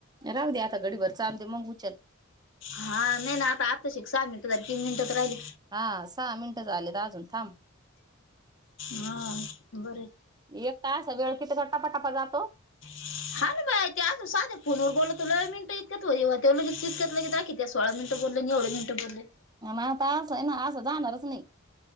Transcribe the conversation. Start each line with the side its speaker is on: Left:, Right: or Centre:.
Right: राहू दे आता घडी भर चालु दे मग उचल.
Left: हा नाही ना आता आताशी एक सहा मिनिटं झाली, तीन मिनिटं तर राहिली.
Right: हा सहा मिनिटं झालेत अजून थांब
Left: हा बर हाय.
Right: एक तर असा वेळ किती <unintelligible>
Left: हा ना बाई ते आू साध फोनवर बोलत तो मिनट इतकत होत होय इतक्यात की आखीत्या सोळा मिनटं बोलले आणि एवढे मिनटं बोलले.
Right: मग आता असं ना असं जाणारच नाही.